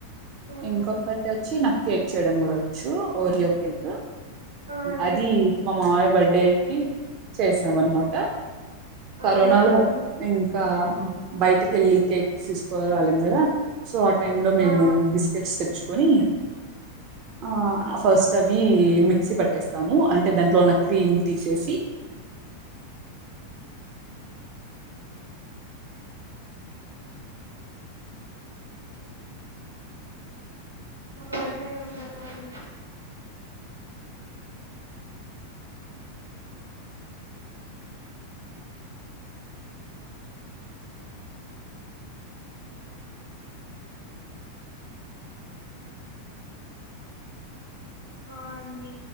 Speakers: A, on the right; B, on the right.
A: ఉమ్,
B: ఇంకొకటి వచ్చి నాకు కేక్ చేయడం కూడ వచ్చు ఓరియో కేక్.
A: ఆ అండి
B: అది మా మావయ్య బర్త్డే కి చేసాం అనమాట కరోనాలో
A: అవునా అండి
B: ఇంకా బయటకి వెళ్ళి కేక్ తీసుకురాలేము కదా. సో ఆ టైం లో మేము
A: ఆ
B: బిస్కెట్స్ తెచ్చుకొని ఆ ఫస్ట్ అవి మిక్సీ పట్టేస్తాము అంటే దాంట్లో ఉన్న క్రీమ్ తీసేసి
A: మాకు వైఫై ఉండదు అదే హ అండి